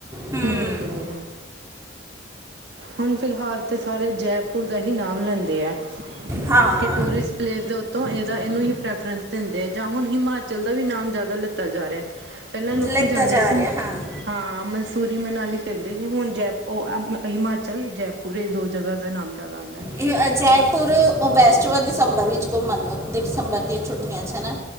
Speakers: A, on the right; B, on the right.
A: ਹਮ
B: ਹੂੰ। ਹੁਣ ਫਿਲਹਾਲ ਤੇ ਸਾਰੇ ਜੈਪੁਰ ਦਾ ਹੀ ਨਾਮ ਲੈਂਦੇ ਆ।
A: ਹਾਂ
B: ਕਿ ਟੁਰਿਸਟ ਪਲੇਸ ਦੇ ਉਤੋਂ ਇਹਦਾ ਇਹਨੂੰ ਹੀ ਪ੍ਰਿਫਰੇਂਸ ਦਿੰਦੇ ਜਾਂ ਹੁਣ ਹਿਮਾਚਲ ਦਾ ਵੀ ਨਾਮ ਜ਼ਿਆਦਾ ਲਿੱਤਾ ਜਾ ਰਿਹਾ। ਪਹਿਲਾਂ ਲੋਕੀ
A: ਲੱਤਾ
B: ਜਾਂਦੇ
A: ਜਾ
B: ਸੀ।
A: ਰਿਹਾ ਹਾਂ
B: ਹਾਂ ਮਨਸੂਰੀ ਮਨਾਲੀ ਕਹਿੰਦੇ ਸੀ ਹੁਣ ਜੈਪੂਰ ਹਿਮਾ ਚਲ ਜੈਪੁਰ ਇਹ ਦੋ ਜਗ੍ਹਾ ਦਾ ਨਾਮ ਆਉਂਦਾ
A: ਇਹ ਅਜੈ ਫ ਬੈਸਟ ਦਸੰਬਰ ਵਿੱਚ ਘੁੰਮਣ ਦਸੰਬਰ ਦੀਆਂ ਛੁੱਟੀਆਂ ਚ ਹਨਾ।